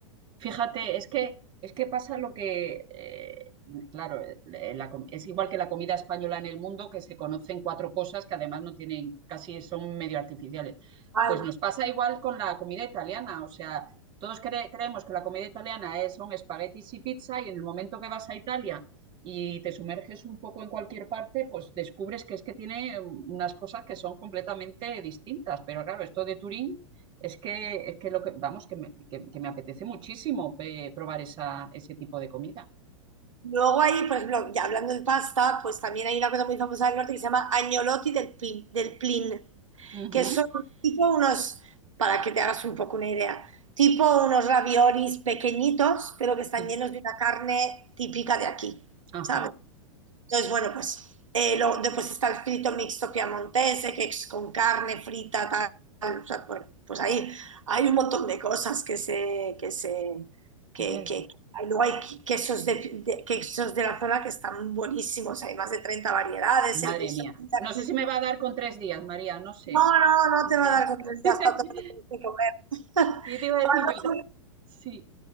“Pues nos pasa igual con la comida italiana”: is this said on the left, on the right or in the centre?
Right